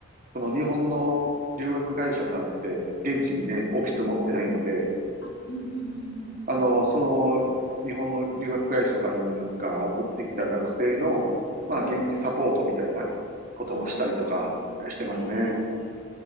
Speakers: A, on the right; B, on the left.
A: その日本の留学会社さんって、
B: い。へ
A: 現地にね、
B: え。
A: オフィス持ってないので、
B: あ、うんうんうんうん。
A: あの、その、日本の留学会社さんが送ってきた学生の、まあ、
B: うんうんうん
A: 現地サポートみたいなことをしたりとかしてますね。
B: ああ、へえ。